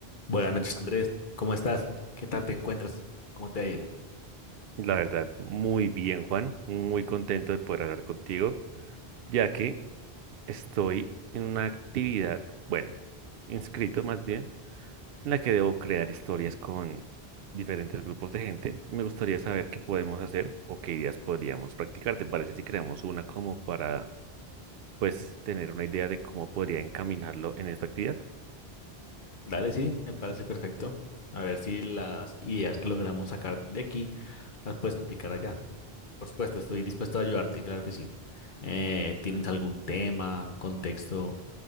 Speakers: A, on the left (about 50°); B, on the right (about 70°).
A: Buenas noches, Andrés. ¿Cómo estás? ¿Qué tal te encuentras? ¿Cómo te ha ido?
B: La verdad, muy bien, Juan. Muy contento de poder hablar contigo, ya que estoy en una actividad, bueno, inscrito más bien, en la que debo crear historias con diferentes grupos de gente. Me gustaría saber qué podemos hacer o qué ideas podríamos practicar. ¿Te parece si creamos una como para pues tener una idea de cómo podría encaminarlo en esta actividad.
A: Dale, sí, me parece perfecto. A ver si las ideas que logramos sacar de aquí las puedes aplicar allá. Por supuesto, estoy dispuesto a ayudarte, claro que sí. Eh, ¿tienes algún tema, contexto